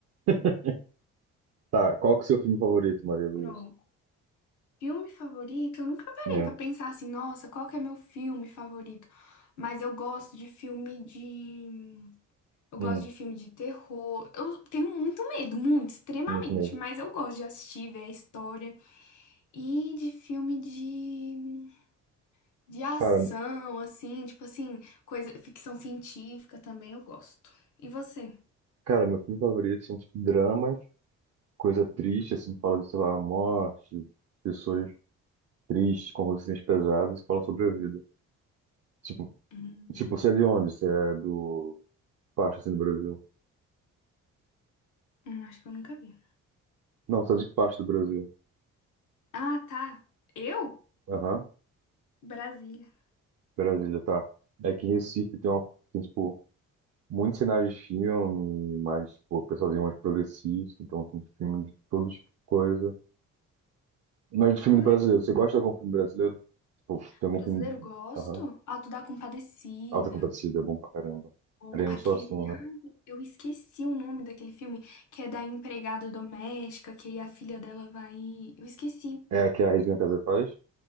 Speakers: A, on the right; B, on the left.
A: <laughs> Tá, qual que é o seu filme favorito, Maria Luísa?
B: Pronto. Filme favorito? Eu nunca parei
A: É,
B: pra pensar assim, nossa, qual que é meu filme favorito? Mas eu gosto de filme de. Eu
A: hum,
B: gosto de filme de terror. Eu tenho muito medo, muito, extremamente.
A: muito mesmo.
B: Mas eu gosto de assistir, ver a história. E de filme de. De ação,
A: Cara,
B: assim, tipo assim, coisa, ficção científica também eu gosto. E você?
A: cara, meu filme favorito são tipo, dramas, coisa triste, assim, que fala de, sei lá, morte, pessoas tristes, com consciências pesadas, que fala sobre a vida. Tipo,
B: Hum,
A: tipo, você é de onde? Você é do parte, assim, do Brasil?
B: hum, acho que eu nunca vi.
A: Não, você é de que parte do Brasil?
B: Ah, tá. Eu?
A: Aham,
B: Brasília.
A: Brasília, tá. É que em Recife tem, um, tem, tipo, muitos sinais de filme, mas, tipo, o pessoalzinho é mais progressista, então tem tipo, filme de todo tipo de coisa. Mas do filme
B: Que
A: brasileiro, você gosta de algum filme brasileiro? Tipo, tem algum
B: Brasileiro,
A: filme.
B: gosto.
A: Aham.
B: Alto da Compadecida.
A: Alta Compadecida é bom pra caramba.
B: Ou
A: Ariano
B: aquele.
A: Suassuna,
B: Ai,
A: né?
B: eu esqueci o nome daquele filme, que é da empregada doméstica, que aí a filha dela vai. Eu esqueci.
A: É a que a Regina Casé faz?